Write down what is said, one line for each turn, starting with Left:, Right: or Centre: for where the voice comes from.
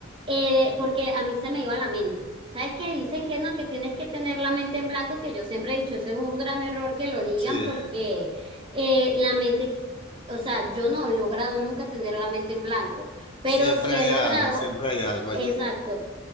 Right: eh, porque a mí se me iba la mente. ¿Sabes qué? Dicen que no, que tienes que tener la mente en blanco, que yo siempre he dicho, eso es un gran error que lo digan
Left: Sí,
Right: porque eh, la mente, o sea, yo no he logrado nunca tener la mente en blanco, pero
Left: siempre
Right: sí
Left: hay
Right: he logrado
Left: algo, siempre hay algo allí.
Right: Exacto,